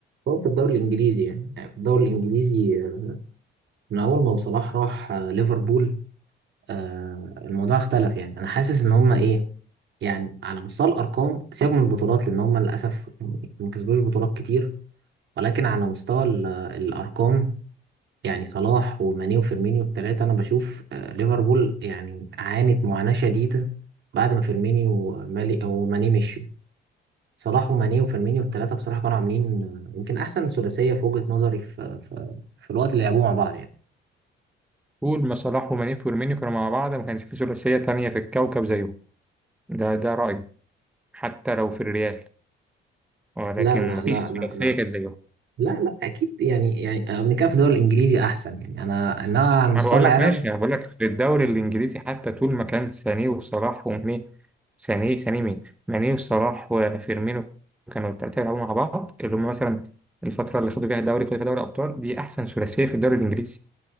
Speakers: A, on the right (about 65°); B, in the centre.
A: هو في الدوري الانجليزي يعني يعني في الدوري الانجليزي آه، من اول ما صلاح راح آه، ليفربول آه، الموضوع اختلف يعني انا حاسس ان هم ايه يعني على مستوى الارقام سيبك من البطولات لان هم للاسف ما كسبوش بطولات كتير ولكن على مستوى ال- الارقام يعني صلاح وماني وفيرمينيو الثلاثه انا بشوف آه، ليفربول يعني عانت معاناه شديده بعد ما فيرمينيو ومالي وماني مشوا صلاح وماني وفيرمينيو الثلاثة بصراحة كانوا عاملين آه، يمكن أحسن ثلاثية في وجهة نظري في, في, في الوقت اللي لعبوه مع بعض يعني
B: طول ما صلاح ومانيف ويرمينيو كانوا مع بعض ما كانش في ثلاثية تانية في الكوكب زيهم ده ده رأيي حتى لو في الريال ولكن
A: لا لا
B: ما
A: لا
B: فيش
A: لا
B: ثلاثية
A: لا
B: كانت زيهم
A: لا لا أكيد يعني يعني آه، بنتكلم في الدوري الإنجليزي أحسن يعني أنا أنا على
B: ما
A: مستوى
B: بقول
A: العالم
B: لك ماشي انا بقول لك في الدوري الانجليزي حتى طول ما كان سانيه وصلاح وماني سانيه سانيه مين ماني وصلاح وفيرمينو كانوا الثلاثه بيلعبوا مع بعض اللي هم مثلا الفتره اللي خدوا فيها الدوري خدوا فيها دوري ابطال دي احسن ثلاثيه في الدوري الانجليزي